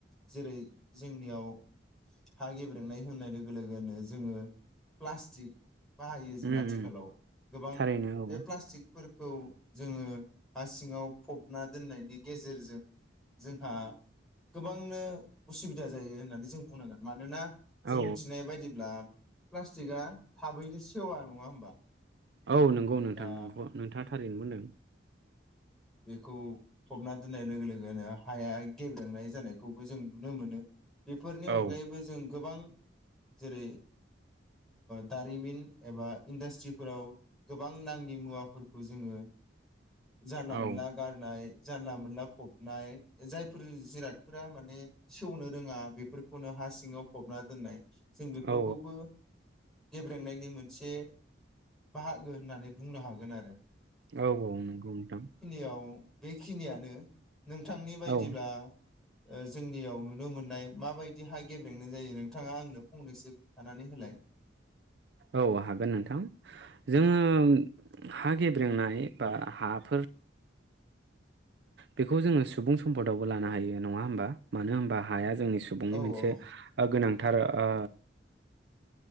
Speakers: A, in the centre; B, on the right.
A: जेरै जोंनियाव हा गेब्रेंनाय होननाय लोगो लोगोनो जोङो प्लास्टिक बाहायो जों
B: उम
A: आथिखालाव
B: उम
A: गोबां
B: थारैनो औ
A: बे प्लास्टिक फोरखौ जोङो हा सिङाव फबना दोननायनि गेजेरजों जोंहा गोबांनो उसुबिदा जायो होननानै जों बुंनांगोन मानोना जों
B: औ
A: मिथिनाय बायदिब्ला प्लास्टिकआ थाबैनो सेवा नङा होमबा
B: औ नंगौ नोंथां
A: दा
B: नगौ नोंथाङा थारैनो बुंदों।
A: बेखौ फबना दोननाय लोगो लोगोनो हाया गेब्रेंनाय जानायखौबो जों नुनो मोनो। बेफोरनि अनगायैबो
B: औ
A: जों गोबां जेरै दारिमिन एबा इन्डास्ट्रिफोराव गोबां नाङि मुवाफोरखौ जोङो जानला मोनला
B: औ
A: गारनाय जानला मोनला फबनाय जायफोर जिरादफोरा माने सेवनो रोङा बेफोरखौनो हा सिङाव फबना दोननाय। जों बेफोरखौबो
B: औ
A: गेब्रेंनायनि मोनसे बाहागो होननानै बुंनो हागोन आरो।
B: औ औ नंगौ नोंथां।
A: याव बेखिनियानो नोंथांनि बायदिब्ला
B: औ
A: जोंनियाव नुनो मोनो। माबादि हा गेब्रेंनाय गेब्रेंनाय जायो नोंथाङा आंनो फंनैसो खोनथानानै होलाय।
B: औ हागोन नोंथां जोङो हा गेब्रेंनाय बा हाफोर बेखौ जोङो सुबुं सम्पदावबो लानो हायो नङा होमबा मानो होनबा हाया। जोंनि सुबुंनि
A: औ
B: मोनसे
A: औ
B: ओ गोनां थार ओ